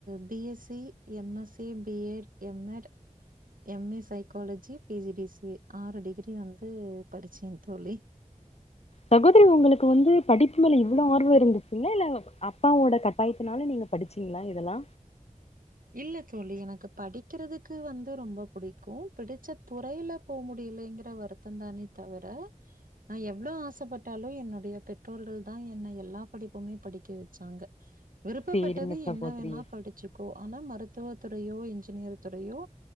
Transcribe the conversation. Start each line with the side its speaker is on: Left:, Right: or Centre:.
Right: B S C, M S C, B Ed, M Ed M A psychology P G D C A ஆறு டிகிரி நா வந்து படிச்சே தோழி
Left: சகோதரி உங்களுக்கு வந்து படிப்பு மேல இவ்ளோ ஆர்வோ இருந்து இல்ல இல்ல அப்பாவோட கட்டாயத்தினால நீங்க படிச்சீங்களா இதெல்லா
Right: இல்ல தோழி எனக்கு படிக்கிறதுக்கு வந்து ரொம்ப புடிக்கு பிடிச்ச துறையில போ முடியலைங்கற வருத்தோ தானே தவிர நா எவ்ளோ ஆசப்பட்டாலு என்னுடைய பெற்றோர்கள் தா என்ன எல்லா படிப்புமே படிக்க வெச்சாங்க விருப்பப்பட்டது
Left: சேரிங்க சகோதரி.
Right: என்ன வேணாப் படிச்சுக்கோ ஆனா மருத்துவ துறையோ இன்ஜினியர் துறையோ